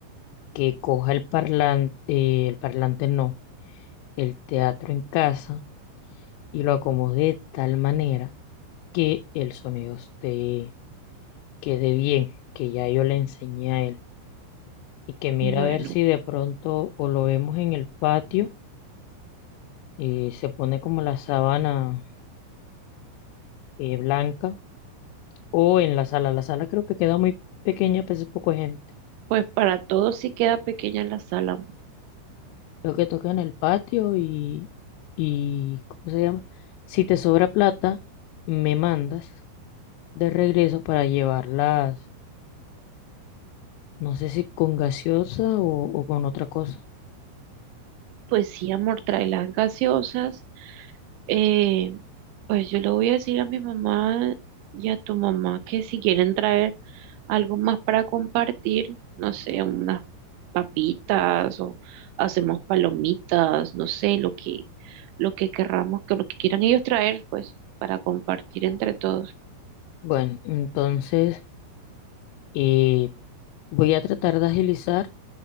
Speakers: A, on the left; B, on the right.
A: Que coja el parlante, el parlante no, el teatro en casa y lo acomode de tal manera que el sonido esté, quede bien, que ya yo le enseñé a él. Y que mira
B: Bueno,
A: a ver si de pronto o lo vemos en el patio y se pone como la sábana eh, blanca O en la sala. La sala creo que queda muy pequeña, pues es poco gente.
B: pues para todos sí queda pequeña la sala.
A: Lo que toca en el patio y, y, ¿cómo se llama? Si te sobra plata, me mandas de regreso para llevarlas, no sé si con gaseosa o, o con otra cosa.
B: Pues sí, amor, trae las gaseosas. Eh, pues yo le voy a decir a mi mamá y a tu mamá que si quieren traer algo más para compartir, no sé, unas papitas o hacemos palomitas, no sé, lo que, lo que querramos, que lo que quieran ellos traer, pues, para compartir entre todos.
A: Bueno, entonces eh, voy a tratar de agilizar.